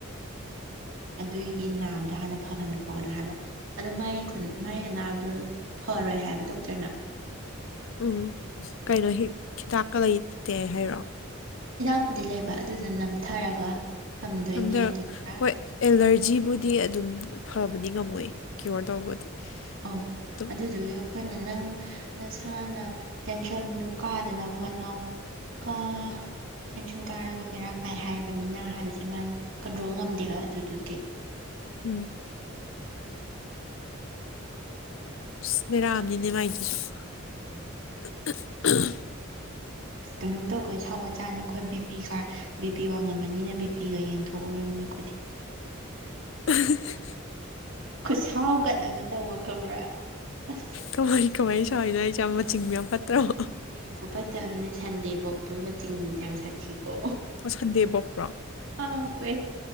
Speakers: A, on the right; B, on the left.
A: ꯅꯪ ꯑꯗꯨꯒꯤ ꯅꯥꯕꯗꯣ ꯍꯥꯟꯅ ꯐꯍꯟꯈꯣꯅ ꯍꯥꯏꯕ ꯑꯗꯣ ꯃꯥꯏ ꯈꯨꯟ ꯃꯥꯏ ꯑꯅꯥꯕꯗꯨꯣ ꯐꯔꯣꯏ ꯍꯥꯏꯕ ꯗꯣꯛꯇꯔꯅ
B: ꯎꯝ ꯀꯩꯅꯣ ꯍꯤꯗꯥꯛꯀꯥ ꯂꯩꯇꯦ ꯍꯥꯏꯔꯣ
A: ꯍꯤꯗꯥꯛꯄꯨꯗꯤ ꯂꯩꯕ ꯑꯗꯨꯗꯨ ꯅꯝꯊꯔꯒ ꯊꯝꯗꯣꯏꯅꯦ
B: ꯅꯝꯖꯔ
A: ꯑꯗꯨ ꯄꯨꯔꯥ
B: ꯍꯣꯏ ꯑꯦꯂꯔꯖꯤꯕꯨꯗꯤ ꯑꯗꯨꯝ ꯐꯕꯗꯤ ꯉꯝꯃꯣꯏ ꯀ꯭ꯌꯣꯔ ꯇꯧꯕꯗꯤ
A: ꯑꯧ
B: ꯑꯗꯨꯝ
A: ꯑꯗꯨꯗꯨꯒꯤ ꯑꯩꯈꯣꯏꯅ ꯅꯪ ꯅꯁꯥꯅ ꯇꯦꯟꯁꯟꯗꯨ ꯀꯥꯗꯅꯕ ꯍꯣꯠꯅꯧ ꯀꯥ ꯅꯪ ꯇꯦꯟꯁꯟ ꯀꯥꯔꯒ ꯕꯦꯔꯥ ꯀꯥꯏ ꯍꯥꯏꯔꯕꯅꯤꯅ ꯍꯥꯏꯕꯁꯦ ꯃꯥ ꯀꯟꯇ꯭ꯔꯣꯜ ꯉꯝꯗꯦꯕ ꯑꯗꯨꯗꯨꯒꯤ
B: ꯎꯝ
A: ꯄꯥꯈ
B: ꯏꯁ ꯕꯦꯔꯥꯝꯅꯤꯅꯦ ꯃꯥꯏꯗꯨꯁꯨ
A: ꯎꯝ
B: <unintelligible>
A: ꯑꯁ ꯀꯩꯅꯣꯝ ꯇꯧꯈ ꯁꯥꯎꯒ ꯆꯥꯅꯤ ꯑꯩꯈꯣꯏ ꯕꯤ ꯄꯤ ꯀꯥ ꯕꯤꯄꯤ ꯋꯥꯡꯉꯝꯃꯅꯤꯅ ꯕꯤꯄꯤꯒ ꯌꯦꯡꯊꯣꯛꯎꯔꯅꯤ ꯑꯩꯈꯣꯏꯗꯤ
B: ꯎ <unintelligible>
A: ꯈꯨꯠꯁꯥꯎꯒꯠꯅꯒ ꯇꯧꯕ ꯈꯕ꯭ꯔꯥ ꯑꯁ
B: ꯀꯃꯥꯏ ꯀꯃꯥꯏ ꯁꯋꯥꯏꯅꯣ ꯑꯩꯁ‌ꯦ ꯃꯆꯤꯟꯕ ꯌꯥꯝ ꯐꯠꯇ꯭ꯔꯕꫭ
A: ꯃꯆꯤꯡ ꯈꯨꯣꯄꯠꯇꯕꯅꯤ ꯁꯟꯗꯦ ꯄꯣꯛꯄ ꯃꯆꯤꯟ ꯌꯥꯝ ꯁꯥꯊꯤꯀꯣ
B: ꯑꯣ ꯁꯟꯗꯦ ꯄꯣꯛꯄ꯭ꯔꯣ
A: ꯑ ꯄꯑꯦ